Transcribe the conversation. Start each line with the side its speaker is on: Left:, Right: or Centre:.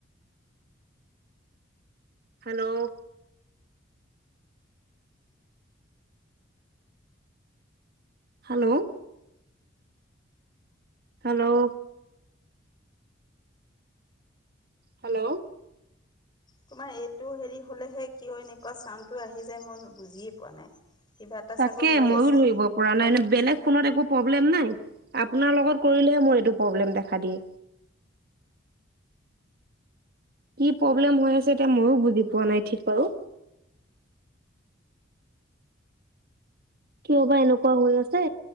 Right: hello hello hello hello
Left: তোমাৰ এইটো হেৰি হলেহে কিয় এনেকুৱা চাউনটো আহি যায়, মই বুজিয়ে পোৱা নাই। কিবা এটা
Right: তাকে,
Left: চাগৈ শুই
Right: মইয়ো
Left: আছে
Right: ধৰিব পৰা নাই। এনে বেলেগ ফোনত একো প্ৰব্লেম নাই, আপোনাৰ লগত কৰিলেহে মোৰ এইটো প্ৰব্লেম দেখা দিয়ে। কি প্ৰব্লেম হৈ আছে, এতিয়া ময়ো বুজি পোৱা নাই ঠিক বাৰু। কিয় বা এনেকুৱা হৈ আছে,